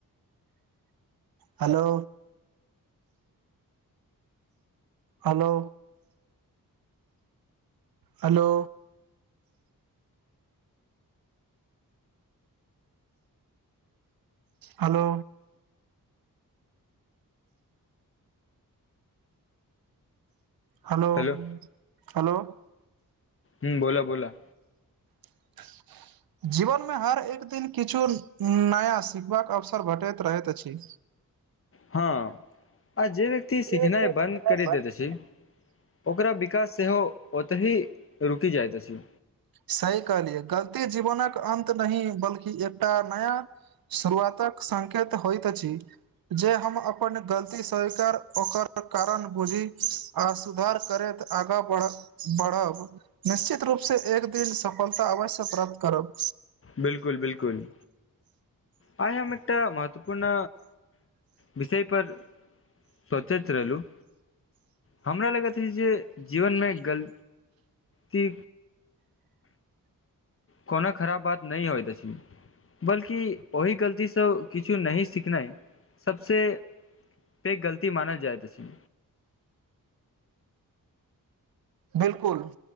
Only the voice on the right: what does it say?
hello hello hello hello hello
hello
<unintelligible> जीवन मे हर एक दिन किछु नया सिखबाक अवसर भेटैत रहैत अछि
ठीक छै
बन्द
सही कहलियै गलती जीवनक अन्त नहि बल्कि एकटा नया सुरुआतक सांकेत होइत अछि जे हम अपन गलती स्वीकार ओकर कारण बुझी आ सुधार करैत आगाँ बढ़ब निश्चित रूप से एक दू सफलता अवश्य प्राप्त करब
बिल्कुल